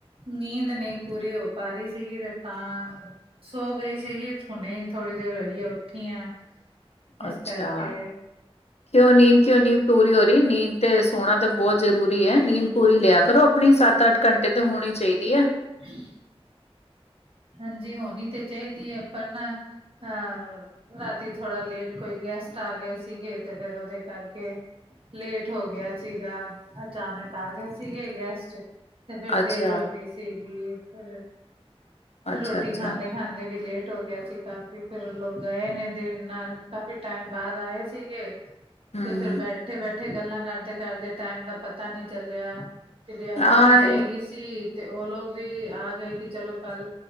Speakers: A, on the right (about 60°); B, on the left (about 85°).
A: ਨੀਂਦ ਨਹੀਂ ਪੂਰੀ ਹੋ ਪਾ ਰਹੀ ਸੀਗੀ ਤੇ ਤਾਂ ਸੋ ਗਈ ਸੀਗੀ ਹੁਣੇ ਥੋੜ੍ਹੀ ਦੇਰ ਹੋਈ ਆ ਉੱਠੀ ਆ ਇਸ
B: ਅੱਛਾ
A: ਕਰਕੇ
B: ਕਿਉਂ ਨੀਂਦ ਕਿਉਂ ਨੀਂਦ ਪੂਰੀ ਹੋ ਰਹੀ ਨੀਂਦ ਤੇ ਸੋਣਾ ਤਾਂ ਬਹੁਤ ਜਰੂਰੀ ਹੈ ਨੀਂਦ ਪੂਰੀ ਲਿਆ ਕਰੋ ਆਪਣੀ ਸੱਤ ਅੱਠ ਘੰਟੇ ਤੇ ਹੋਣੀ ਚਾਹੀਦੀ ਹੈ
A: ਹਮ <unintelligible> ਹਾਂਜੀ ਹੋਣੀ ਤੇ ਚਾਹੀਦੀ ਹੈ ਪਰ ਨਾ ਅਹ ਰਾਤੀ ਥੋੜਾ ਲੇਟ ਕੋਈ ਗੈਸਟ ਆ ਗਏ ਸੀਗੇ ਤੇ ਫੇਿਰ ਉਹਦੇ ਕਰਕੇ ਲੇਟ ਹੋ ਗਿਆ ਸੀਗਾ ਅਚਾਨਕ ਆ ਗਏ ਸੀਗੇ ਗੈਸਟ ਤੇ ਫੇਿਰ
B: ਅੱਛਾ
A: ਦੇਰ ਹੋ ਗਈ ਸੀਗੀ ਫਿਰ
B: ਅੱਛਾ
A: ਰੋਟੀ
B: ਅੱਛਾ
A: ਖਾਣ ਲਈ ਖਾਂਦੇ ਵੀ ਲੇਟ ਹੋ ਗਿਆ ਸੀ ਕਾਫੀ ਫੇਿਰ ਲੋਕ ਗਏ ਨੇ ਦੇਰ ਨਾਲ ਕਾਫੀ ਟਾਈਮ ਬਾਅਦ ਆਏ ਸੀ ਤੇ
B: ਹਮ
A: ਫੇਿਰ ਬੈਠੇ ਬੈਠੇ ਗੱਲਾਂ ਕਰਦੇ ਕਰਦੇ ਟਾਈਮ ਦਾ ਪਤਾ ਨੀ ਚੱਲਿਆ ਜਵੇ ਅਜ
B: ਹਾਂ
A: ਛੁੱਟੀ
B: ਇਹ-
A: ਹੈਗੀ ਸੀ ਤੇ ਉਹ ਲੋਕ ਵੀ ਆ ਗਏ ਕਿ ਚਲੋ ਕੱਲ